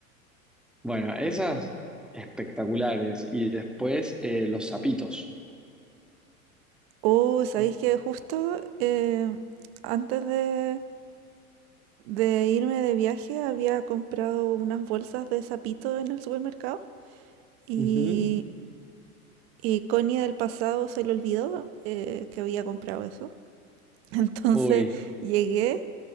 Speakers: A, in the centre; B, on the right.
A: Bueno, esas espectaculares. Y después eh, los zapitos.
B: Oh, ¿sabéis
A: Eh,
B: que justo eh, antes de, de irme de viaje había comprado unas bolsas de sapito en el supermercado y,
A: ujú.
B: y Connie del pasado se le olvidó eh, que había comprado eso. <laughs> Entonces
A: Uy,
B: llegué